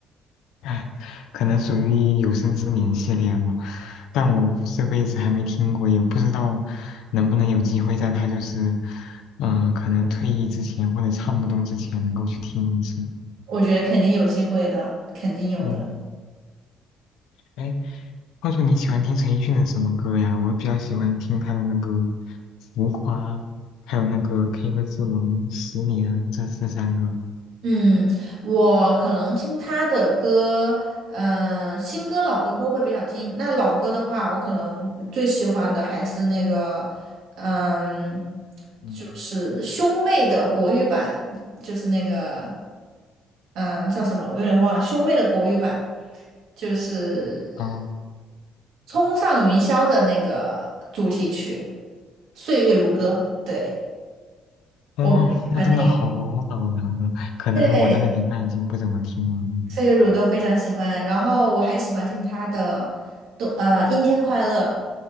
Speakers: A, on the left (about 80°); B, on the right (about 75°).
A: 哎，可能属于有生之年系列了，但我这辈子还没听过，也不知道能不能有机会在他就是嗯、呃可能退役之前或者唱不动之前能够去听一次。
B: 我觉得肯定有机会的，肯定有的。
A: 嗯，哎，话说你喜欢听陈奕迅的什么歌呀？我比较喜欢听他的那个《浮夸》，还有那个《K 歌之王》《十年》这这三个。
B: 嗯，我可能听他的歌，嗯、新歌、老歌都会比较听。那老歌的话，我可能最喜欢的还是那个，嗯，
A: 嗯，
B: 就是兄妹的国语版，就是那个，嗯，叫什么？我有点忘了，兄妹的国语版就是
A: 啊，
B: 《冲上云霄》的那个主题曲《岁月如歌》。对，
A: 哦，
B: 我喜欢那
A: 那真的好老呢，嗯可能我那个年代已经不怎么听了。
B: 对。
A: 嗯，
B: 岁月如歌非常喜欢，然后我还喜欢听他的冬呃《阴天快乐》，